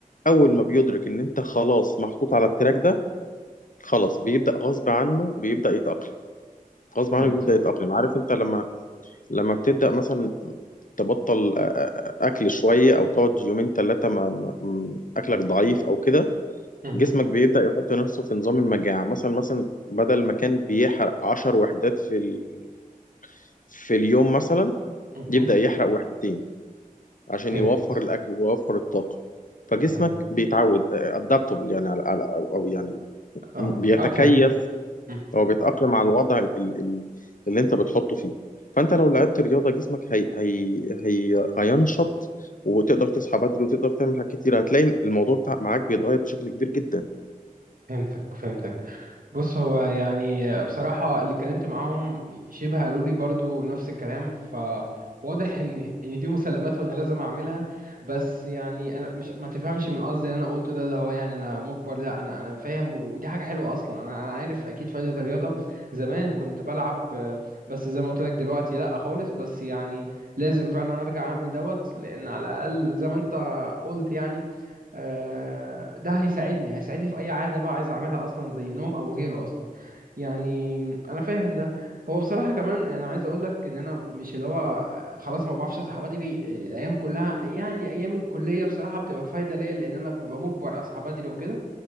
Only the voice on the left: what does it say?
اول ما بيدرك ان انت خلاص محطوط على التراك ده خلاص بيبدا غصب عنه بيبدا يتاقلم غصب عنه
بيبدا يتاقلم عارف انت لما لما بتبدا مثلا تبطل آ- آ- آ- اكل شويه او تقعد يومين ثلاثه ما ما- م- اكلك ضعيف او كده
جسمك بيبدأ يحط نفسه في نظام المجاعة مثلا مثلا بدل ما كان بيحرق عشر وحدات في ال... في اليوم مثلا
يبدأ يحرق وحدتين عشان
يوفر الأكل ويوفر الطاقة فجسمك
بيتعود ادابتبل يعني على... على... أو... أو يعني
بيتكيف
أو بيتأقلم على الوضع ال... ال... اللي أنت بتحطه فيه فأنت لو لعبت رياضة جسمك هي... هي... هي... هينشط وتقدر تصحى بدري وتقدر تعمل حاجات كتير هتلاقي الموضوع بتاع معاك بيتغير بشكل كبير جدا